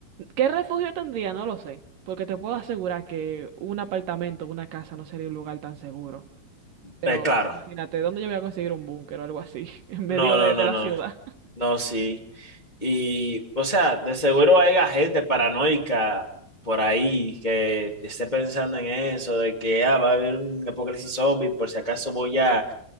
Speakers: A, on the right; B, on the left.
A: ¿Qué refugio tendría? No lo sé, porque te puedo asegurar que un apartamento, una casa no sería un lugar tan seguro. Pero
B: eh, claro,
A: imagínate, ¿dónde yo voy a conseguir un búnker o algo así? <laughs> En
B: no,
A: medio
B: no,
A: de,
B: no,
A: de la
B: no.
A: ciudad.
B: No, sí. Y, o sea, de seguro hay gente paranoica por ahí que esté pensando en eso, de que ah, va a haber un apocalipsis zombie, por si acaso voy a,